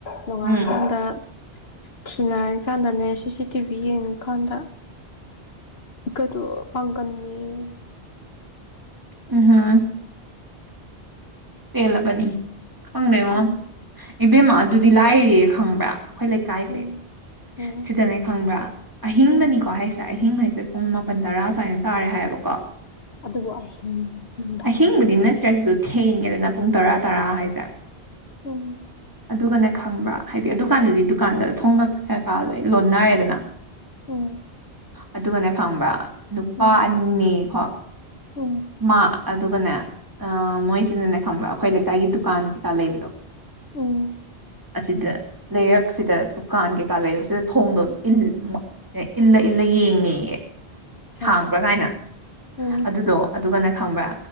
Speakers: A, on the left (about 65°); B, on the right (about 20°).
A: ꯅꯣꯡꯉꯥꯑꯀꯥꯟꯗ
B: ꯎꯝ
A: ꯊꯤꯅꯔꯤꯀꯥꯟꯗꯅꯦ ꯁꯤ ꯁꯤ ꯇꯤ ꯚꯤ ꯌꯦꯡꯉꯀꯥꯟꯗ ꯀꯩꯅꯣ ꯄꯥꯡꯒꯟꯅꯦꯌꯦ
B: ꯎꯝ ꯍꯝ ꯄꯦꯜꯂꯕꯅꯤ ꯈꯪꯗꯦꯉꯣ
A: ꯎꯝ
B: ꯏꯕꯦꯝꯃ ꯑꯗꯨꯗꯤ ꯂꯥꯏꯔꯤ ꯈꯪꯕ꯭ꯔꯥ ꯑꯩꯈꯣꯏ ꯂꯩꯀꯥꯏꯁꯦ
A: ꯎꯝ ꯎꯝ
B: ꯁꯤꯗꯅꯦ ꯈꯪꯕ꯭ꯔꯥ ꯑꯍꯤꯡꯗꯅꯤꯀꯣ
A: ꯎꯝ
B: ꯍꯥꯏꯁꯦ ꯑꯍꯤꯡ ꯍꯥꯏꯁꯦ ꯄꯨꯡ ꯃꯥꯄꯟ ꯇꯔꯥ ꯁꯨꯃꯥꯏꯅ ꯇꯥꯔꯦ ꯍꯥꯏꯌꯦꯕꯀꯣ
A: ꯑꯗꯨꯕꯨ ꯑꯍꯤꯡ ꯅꯨꯡꯗꯥꯡ
B: ꯑꯍꯤꯡꯕꯨꯗꯤ
A: ꯑꯣꯏꯕꯗ ꯉꯥꯏ
B: ꯅꯠꯇ꯭ꯔꯁꯨ ꯊꯦꯡꯉꯦꯗꯅ ꯄꯨꯡ ꯇꯔꯥ ꯇꯔꯥ ꯍꯥꯏꯁꯦ
A: ꯎꯝ
B: ꯑꯗꯨꯒꯅꯦ ꯈꯪꯕ꯭ꯔꯥ ꯍꯥꯏꯗꯤ ꯑꯗꯨꯀꯥꯟꯗꯗꯤ ꯗꯨꯀꯥꯟꯒꯗ ꯊꯣꯡꯒ ꯀꯌꯥ ꯀꯥ ꯂꯣꯏ ꯂꯣꯟꯅꯔꯦꯗꯅ
A: ꯎꯝ
B: ꯑꯗꯨꯒꯅꯦ ꯈꯪꯕ꯭ꯔꯥ ꯅꯨꯄꯥ
A: ꯎꯝ
B: ꯑꯅꯤꯀꯣ
A: ꯎꯝ
B: ꯃꯥ ꯑꯗꯨꯒꯅꯦ ꯑ ꯃꯣꯏꯁꯤꯅꯅꯦ ꯈꯪꯕ꯭ꯔꯥ ꯑꯩꯈꯣꯏ ꯂꯩꯀꯥꯏꯒꯤ ꯗꯨꯀꯥꯟ ꯀꯩꯀꯥ ꯂꯩꯕꯗꯣ
A: ꯎꯝ
B: ꯑꯁꯤꯗ ꯂꯩꯔꯛꯁꯤꯗ ꯗꯨꯀꯥꯟ ꯀꯩꯀꯥ ꯂꯩꯕꯁꯤꯗ ꯊꯣꯡꯗꯣ ꯏ ꯑꯦ ꯏꯜꯂ ꯏꯜꯂ ꯌꯦꯡꯉꯦꯌꯦ
A: ꯍꯥꯏꯃ
B: ꯍꯥꯡꯕ꯭ꯔꯥ ꯀꯥꯏꯅ
A: ꯎꯝ
B: ꯑꯗꯨꯗꯣ ꯑꯗꯨꯒꯅ ꯈꯪꯕ꯭ꯔꯥ